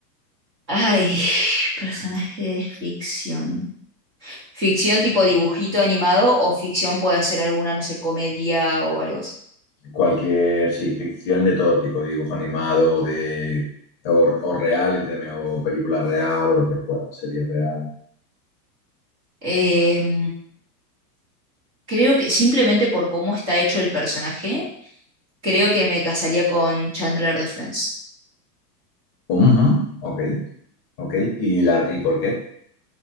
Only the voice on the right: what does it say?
Ay, <sighs> personaje de ficción. ¿Ficción tipo dibujito animado o ficción puede ser alguna, no sé, comedia o algo así?
Em, creo que simplemente por cómo está hecho el personaje, creo que me casaría con Chandler de Friends.